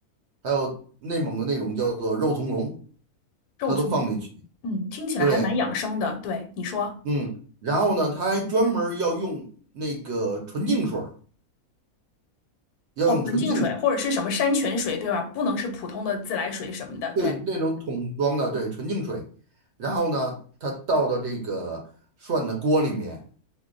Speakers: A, on the right (about 60°); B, on the left (about 80°).
A: 还有内蒙的那种叫做肉苁蓉，
B: 肉丛，
A: 他都放进去。
B: 嗯，听起来还蛮养生的。
A: 对，
B: 对，你说，
A: 嗯，然后呢，他还专门儿要用那个纯净水儿，要用纯净水，
B: 哦，纯净水或者是什么山泉水，对吧？不能是普通的自来水什么的。
A: 对，
B: 对
A: 那种桶装的，对，纯净水，然后呢，他倒到这个涮的锅里面。